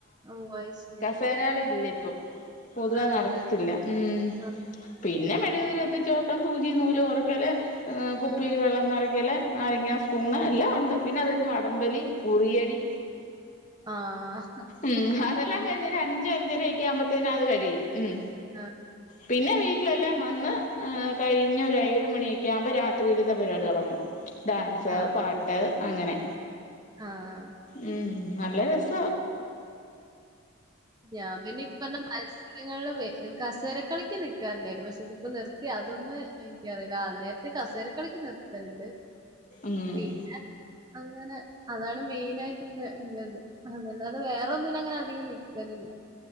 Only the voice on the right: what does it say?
ഓഹ് അയ്ശെരി
ആണല്ലേ
ആഹ്
ഉം
ആഹ്
ആഹ്
ആഹ്
ആഹ്
ഞാൻ പിന്നെ ഇപ്പ <unintelligible> ങ്ങളും കസേര കളിക്ക് നൽക്കാറുണ്ടായിരുന്നു പക്ഷെ ഇതിപ്പോ നിർത്തിയ അതൊന്നും എനിക്കറിയില്ല അന്നേ ത് കസേരക്കളിക്ക് നിർത്തൽണ്ട്
പിന്നെ അങ്ങനെ അതാണ് മെയിനായിട്ട് എന്റെത് അതല്ലാതെ വേറൊന്നിനും അങ്ങനെ അധികം നി ക്കലില്ല